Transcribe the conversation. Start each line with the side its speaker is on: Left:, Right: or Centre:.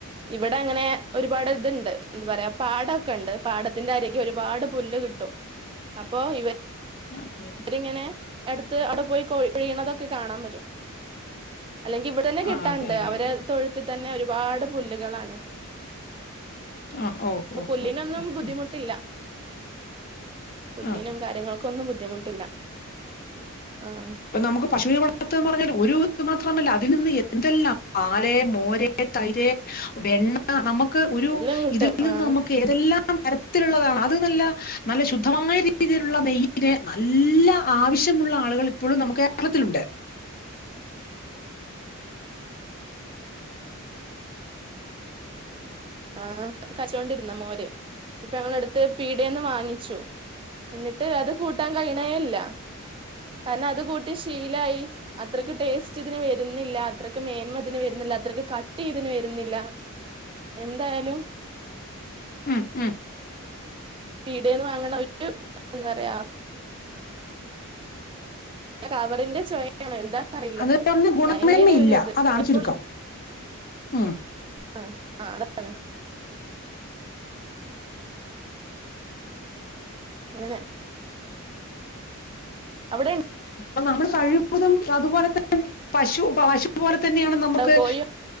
Right: ഇവിടെ അങ്ങനെ ഒരുപാട് ഇതുണ്ട് എന്താ പറയാ പാടമൊക്കെ ഉണ്ട് പാടത്തിന്റെ ആരൊക്കെ ഒരുപാട് പുല്ലുക കിട്ടോ അപ്പോൊ ഇവ
Left: അതെ അതെ
Right: അവരിങ്ങനെ എടുത്ത് അവിടെ പോയി കഴീണതൊക്കെ കാണാൻ പറ്റും അല്ലെങ്കി ഇവിടെ തന്നെ കിട്ടാണ്ട്
Left: ആ അതെ അതെ
Right: അവരെ
Left: അതെ
Right: തൊഴുത്ത്ു തന്നെ ഒരുപാട് പുല്ലുകളാണ്
Left: ആ ഓ
Right: അപ്പൊ
Left: ഓ
Right: പുല്ലിനൊന്നും
Left: ഓ
Right: ബുദ്ധിമുട്ടില്ല
Left: ഉം
Right: പുല്ലിനും
Left: ആ
Right: കാര്യങ്ങൾക്ക ഒന്നും ബുദ്ധിമുട്ടില്ല ആഹ്
Left: ഇപ്പ നമുക്ക് പശുവി പറഞ്ഞൽ ഒരു ഇ മാത്രമല്ല അതിൽ നിന്ന് എന്തെല്ലാം പാല മോരെ തൈര് എ നമുക്ക് ഒരു
Right: എല്ലാം കിട്ടും
Left: ഇതിൽ നിന്ന്
Right: ആഹ്
Left: നമുക്ക് ഏതെല്ലാം തരത്തിലുള്ളതാണ് അത് നല്ല നല്ല ശുദ്ധമായ രീതിയിലുള്ള നെയ്യെ നല്ല ആവശ്യ മുള്ള ആളുകൾ ഇപ്പോഴും നമുക്ക് കേരളത്തിലുണ്ട്
Right: ആഹ കച്ചൊണ്ടിരുന്ന മോര് ഇപ്പ ഞങ്ങള അടുത്ത് പീഡന്ന് വാങ്ങിച്ചു എന്നിട്ട് അത് കൂട്ടാൻ കഴണേല്ല കാരണം അത് കൂട്ടി ശീലായി അത്രയ്ക്ക് ടേസ്റ്റ് ഇതിന് വരുന്നില്ല അത്രയ്ക്ക് മേന്മ ഇതിന് വരുന്നില്ല അത്രക്കെ കട്ടിയ്തിന് വരുന്നില്ല എന്തായാലും
Left: ഉം, ഉം.
Right: വീടെന്ന് വാങ്ങണ ഒരു എന്താ പറയാ കവറിന്റെ ചോയയാാണ് എന്താ അറിയില്ല
Left: അത് പറഞ്ഞ ഗുണമേന്മയില്ല
Right: ഭയങ്കര ഒരു ഇത്
Left: അതാണ്
Right: അപ്പോ
Left: ചുരുക്കം ഉം.
Right: ആ ആ അതാണ് അങ്ങനെ അവിടെ
Left: അപ്പ നമ്മൾ കഴിവതും അതുപോലെ തന്നെ പശു പശു പോലെ തന്നെയാണ്
Right: ഉണ്ടോ
Left: നമ്മുക്ക്
Right: കോഴിയോ